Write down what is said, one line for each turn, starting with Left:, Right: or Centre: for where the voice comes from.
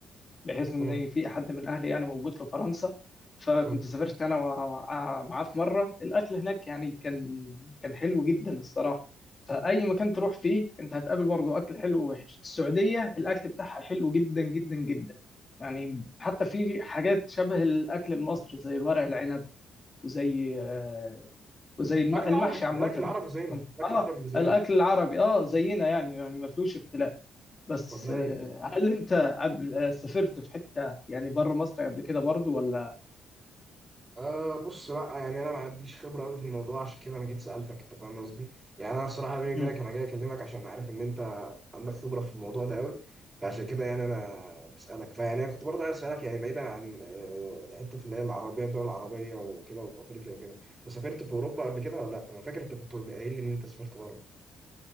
Left: بحيث ان
Right: مم.
Left: في حد من اهلي يعني موجود في فرنسا فكنت
Right: مم.
Left: سافرت انا وع- معاه في مره الاكل هناك يعني كان كان حلو جدا الصراحه فاي مكان تروح فيه انت هتقابل برضه اكل حلو ووحش السعوديه الاكل بتاعها حلو جدا جدا جدا يعني حتى في حاجات شبه الاكل المصري زي الورق العنب وزي آه، وزي الم-
Right: أكل
Left: المحشي
Right: عربي
Left: عامة
Right: أكل عربي زين أكل
Left: اه
Right: عربي زين
Left: الأكل العربي اه زينا يعني يعني ما فيهوش اختلاف بس
Right: والله
Left: آه، هل أنت قبل آه، سافرت في حتة يعني بره مصر قبل كده برضو ولا
Right: أه بص لا يعني انا ما عنديش خبره قوي في الموضوع عشان كده انا جيت سالتك انت فاهم قصدي يعني انا صراحه بيني وبينك
Left: مم.
Right: انا جاي اكلمك عشان عارف ان انت عندك خبره في الموضوع ده قوي فعشان كده يعني انا بسالك فيعني أنا كنت برضه عايز اسالك يعني بعيدا عن آه، حته اللي هي العربيه الدول العربيه وكده وفي افريقيا وكده انت سافرت في اوروبا قبل كده ولا لا انا فاكر انت كنت قايل لي ان انت سافرت بره